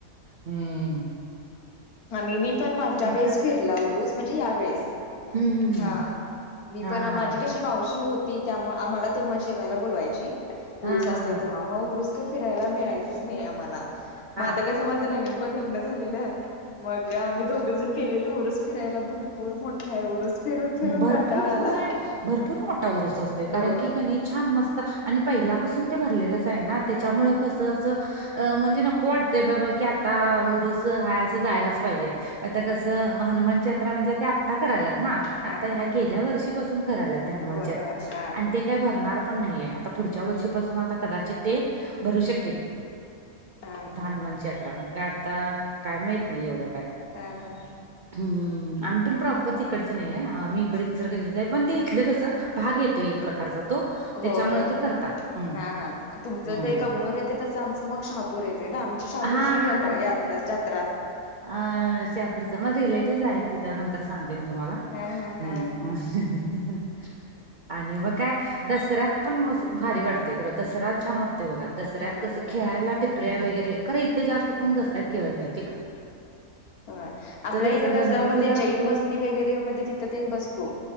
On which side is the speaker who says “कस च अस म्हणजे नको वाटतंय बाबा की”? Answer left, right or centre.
Right